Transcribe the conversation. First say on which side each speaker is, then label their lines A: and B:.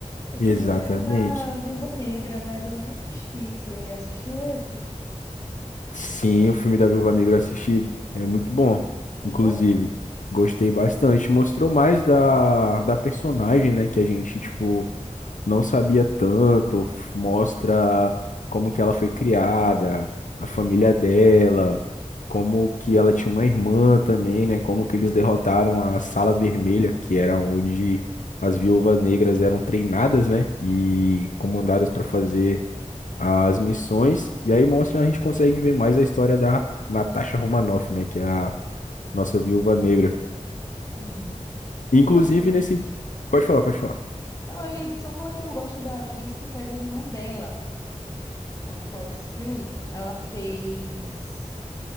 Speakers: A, on the left; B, on the left.
A: Eu
B: exatamente.
A: queria ver o da Viúva Negra, mas eu nem assisti. Você assistiu esse?
B: Sim, o filme da Viúva Negra eu assisti. É muito bom,
A: Gostou?
B: inclusive. Gostei bastante. Mostrou mais da, da personagem, né? Que a gente,
A: Uhum.
B: tipo, não sabia tanto. F- Mostra como que ela foi criada, a família dela, como que ela tinha uma irmã também, né? Como
A: Uhum.
B: que eles derrotaram a Sala Vermelha, que era onde as viúvas negras eram treinadas, né? E comandadas para fazer as missões, e aí mostra, a gente consegue ver mais a história da Natasha Romanoff, né, que é a nossa viúva negra.
A: Uhum.
B: Inclusive
A: Eu gosto.
B: nesse... Pode falar, pode falar.
A: Não, eu ia só falar que eu gosto da atriz que faz a irmã dela, a Florence Pugh. Ela fez.